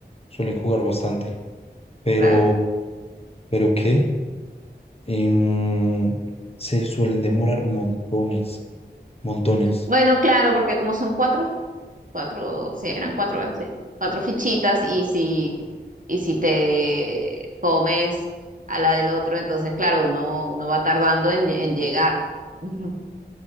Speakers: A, on the left; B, on the right.
A: suelen jugar bastante. Pero,
B: claro.
A: ¿pero qué? Em, se suelen demorar montones, montones.
B: Bueno, claro, porque como son cuatro, cuatro, sí, eran cuatro, ¿verdad? Sí, cuatro fichitas y si, y si te comes a la del otro, entonces, claro, uno, uno va tardando en, lle- en llegar, Ujú.